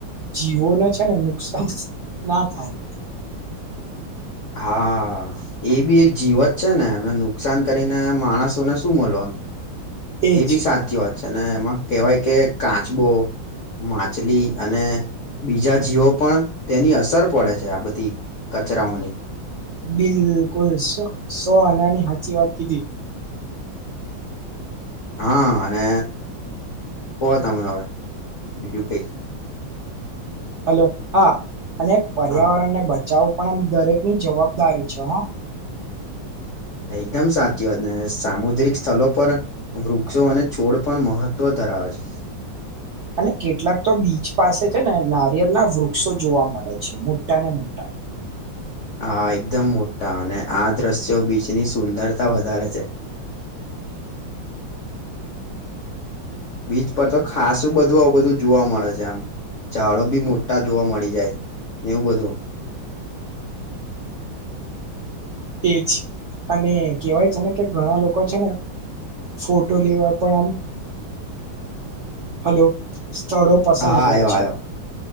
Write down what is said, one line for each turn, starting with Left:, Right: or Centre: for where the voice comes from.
Right: જીવોને છે ને નુકસાન ના થાય.
Left: હા, એ બી એક જીવત છે ને એમને નુકસાન કરીને માણસોને શું મલવાનું.
Right: એજ
Left: એ બી સાચી વાત છે ને એમાં કેહેવાય કે કાચબો માછલી અને બીજા જીવો પણ તેની અસર પડે છે, આ બધી કચરાઓની
Right: બિલકુલ સો સો આનાની હાચી વાત કીધી.
Left: હા અને કો તમે હવે બીજું કઈ.
Right: હલો, હા અને પર્યાવરણ
Left: હા
Right: ના બ ચાઉ પણ એમ દરેકની જવાબદારી છે હા.
Left: એકદમ સાચી વાત ને સામુદ્રિક સ્થલો પર વૃક્ષો અને છોડ પણ મહત્વ ધરાવે છે
Right: અને કેટલાક તો બીચ પાસે છે ને નારિયલ ના વૃક્ષો જોવા મળે છે મોટા ને મોટા.
Left: હા, એકદમ મોટા અને આ દ્રશ્યો બીચની સુંદરતા વધારે છે.
Right: થ..
Left: બીચ પર તો ખાસું બધું આવું બધું જોવા મળે છે આમ. ચાડો બી મોટા જોવા મળી જાય ને એવું બધું.
Right: એજ અને કેવાય છે ને કે ઘણા લોકો છે ને ફોટો લેવા પણ આમ હલો સ્થળો પસંદ
Left: હા આવ્યો
Right: કરે છે.
Left: આવ્યો